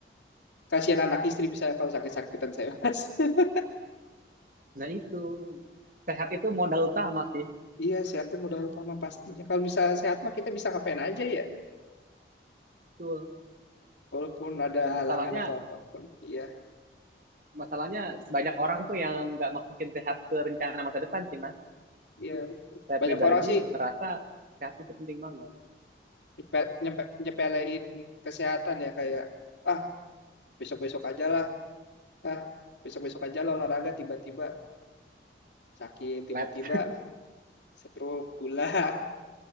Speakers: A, on the left (about 80°); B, on the right (about 50°).
A: Kasihan anak istri misalnya kalau sakit-sakitan saya mas. <laughs>
B: Nah itu sehat itu modal utama sih.
A: Iya, sehat itu modal utama pastinya. Kalau misalnya sehat mah kita bisa ngapain aja ya,
B: Betul.
A: walaupun ada
B: Dan
A: halangan
B: masalahnya
A: atau apapun. Iya,
B: masalahnya banyak orang tuh yang nggak masukin sehat ke rencana masa depan sih mas
A: iya.
B: saya
A: Banyak
B: pribadi
A: orang sih
B: ngerasa sehat itu penting banget
A: nyepe- nyepe- nyepelein kesehatan ya kayak ah besok-besok aja lah, ah besok-besok aja lah olahraga tiba-tiba sakit, tiba-tiba
B: labs
A: stroke, gula.